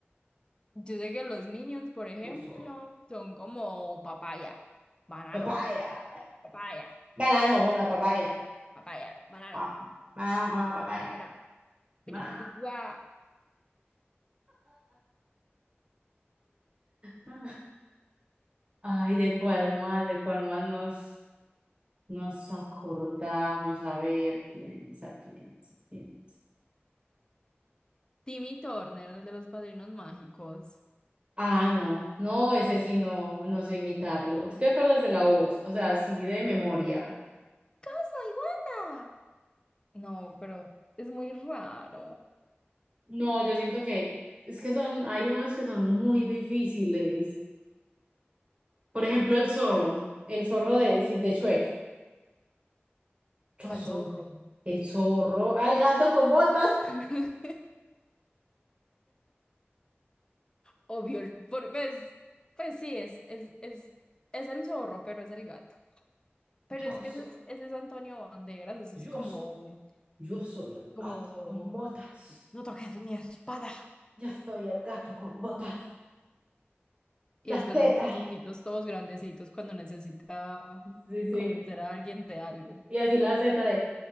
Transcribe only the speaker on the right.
Tú sabes.
Papaya.
Banano con la papaya.
Ah, banano con la papaya.
Ma-
ma. Ay, ¿de cuál más? ¿De cuál más nos, nos acordamos? A ver, piensa, piensa, piensa.
Ah, no, no, ese sí no, no sé imitarlo. ¿Tú te acuerdas de la voz? O sea, sí de memoria.
No, yo siento que es que son, hay unos que son muy difíciles. Por ejemplo, el zorro, el zorro de, sí, de Shrek. Yo
soy
el zorro, al gato con botas.
Yo
soy,
yo
soy, yo soy el
gato con botas.
Yo soy el gato con botas.
La
Z.
Sí, sí.
Y así la Z de,